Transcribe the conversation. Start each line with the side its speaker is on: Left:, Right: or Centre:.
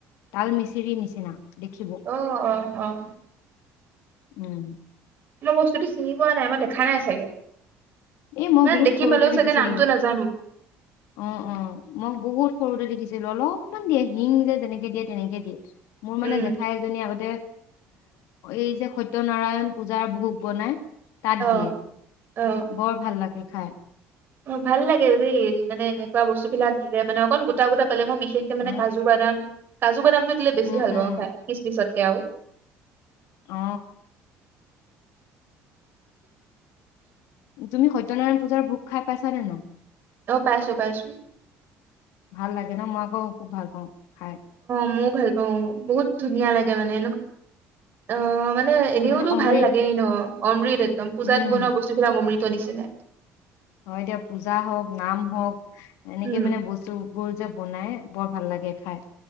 Left: তাল মিচিৰি নিচিনা দেখিব
Right: আহ আহ আহ
Left: উম
Right: মই বস্তুতটো চিনি পোৱা নাই মই দেখা নাই চাগে
Left: এ মই
Right: মানে
Left: বহুত
Right: দেখি
Left: সৰুতে
Right: পালেও
Left: দেখিছিলো
Right: চাগে নামটো নাজানো
Left: অ অ মই বহুত সৰুতে দেখিছিলো অলপমান দিয়ে শিং যেনেকে দিয়ে তেনেকে দিয়ে মোৰ মানে
Right: উম
Left: জেঠাই এজনী আগতে এ এই যে সত্যনাৰায়ণ পূজাৰ ভোগ বনাই তাত
Right: আহ
Left: দিয়ে
Right: আহ
Left: বৰ ভাল লাগে খাই
Right: অ ভাল লাগে দেই মানে এনেকুৱা বস্তু বিলাক দিলে মানে অকন গোটা গোটা পালে মই বিশেষকে মানে
Left: অ
Right: কাজু বাদাম কাজু বাদাম এইতো দিলে বেছি
Left: উম
Right: ভাল
Left: উম
Right: পাওঁ খাই কিচমিচতকে আৰু
Left: অ তুমিসত্তনাৰায়ণ পূজাৰ ভোক খাই পাইছানে ন
Right: অ পাইছো পাইছো
Left: ভাল লাগে ন মই আকৌ খুব ভাল পাওঁ খাই
Right: মো ভাল পাওঁ বহোত ধুনীয়া লাগে মানে অ মানে এনেওতো
Left: মানে অমৃত
Right: ভাল লাগেই ন', অমৃত একদম, পূজাত
Left: উম
Right: বনোৱা বস্তুবিলাক অমৃত। অমৃতনিচি নাই,
Left: হয়', দিয়া পূজা হওঁক, নাম- হওঁক, এনেকে
Right: উম
Left: মানে বস্তু, বোৰ যে', বনাই বৰ ভাল লাগে খায়।